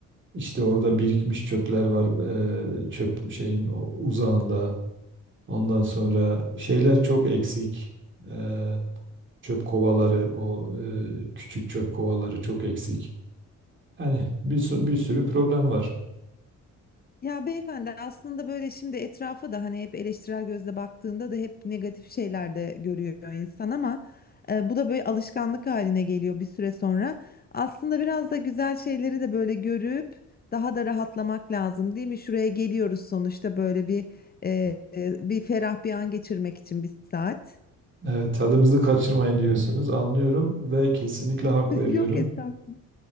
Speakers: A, on the right (about 40°); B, on the left (about 30°).
A: İşte orada birikmiş çöpler var e, çöp şeyin o- uzağında. Ondan sonra şeyler çok eksik. Eee, çöp kovaları, o eee, küçük çöp kovaları çok eksik. Yani bir, sü-
B: evet.
A: bir sürü problem var.
B: Ya beyefendi aslında böyle şimdi etrafa da hani hep eleştirel gözle baktığında da hep negatif şeyler de görüyor insan ama e, bu da böyle alışkanlık haline geliyor bir süre sonra. Aslında biraz da güzel şeyleri de böyle görüp daha da rahatlamak lazım değil mi? Şuraya geliyoruz sonuçta böyle bir e, e, bir ferah bir an geçirmek için bir saat.
A: Evet, tadımızı kaçırmayın diyorsunuz. Anlıyorum ve kesinlikle hak
B: <laughs>
A: veriyorum.
B: Yok estağfurullah.